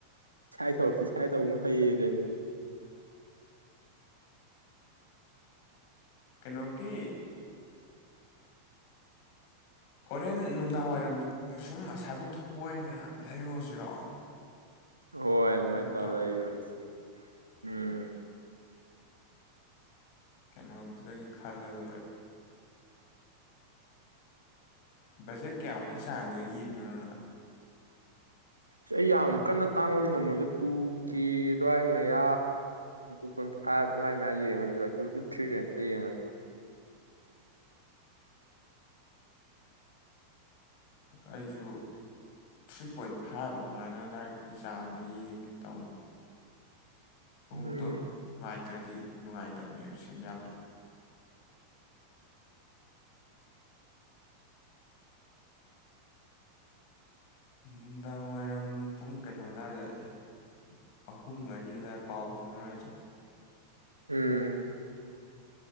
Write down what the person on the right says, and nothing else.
ꯁꯥꯏ ꯊꯧꯛꯁꯤ ꯁꯥꯏ ꯇꯧꯕꯅ ꯐꯩꯌꯦꯗꯅꯤ
ꯍꯗ
ꯃꯥꯥꯏ ꯇꯧ ꯂꯩꯥꯏꯁ ꯎꯝ
ꯁꯤ ꯑꯩ ꯌꯥꯝ ꯀꯟꯅ ꯇꯥꯡꯕꯗꯤ ꯉꯝꯃꯣꯏꯗ ꯇꯨ ꯀꯦ ꯑꯗꯨꯋꯥꯏ ꯃꯌꯥ ꯇꯨ ꯄꯣꯏꯟ ꯐꯥꯏꯚ ꯑꯗꯨꯃꯥꯏ ꯃꯌꯥ ꯌꯦꯡꯉꯅꯤ ꯑꯗꯨꯒ ꯇꯨ ꯇꯨ ꯊ꯭ꯔꯤ ꯔꯦꯟꯖꯇ ꯌꯦꯡꯉꯅꯤ
ꯎꯝ
ꯎꯝ